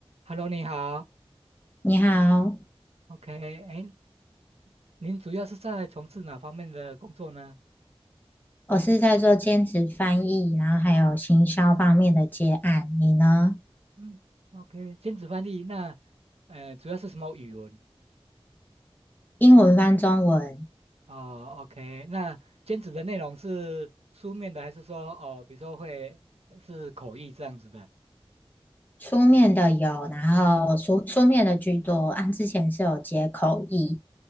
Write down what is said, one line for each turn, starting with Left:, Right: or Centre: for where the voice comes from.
Right: Hello，你好
Left: 你好，
Right: ，OK，哎，您主要是在从事哪方面的工作呢？
Left: 我是在做兼职翻译，然后还有行销方面的接案。你呢？
Right: 嗯，OK，兼职翻译，那，呃，主要是什么语文？
Left: 英文翻中文，
Right: 哦，OK，那兼职的内容是书面的，还是说，哦，比如说会是口译这样子的？
Left: 书面的有，然后书书面的居多。按之前是有接口译，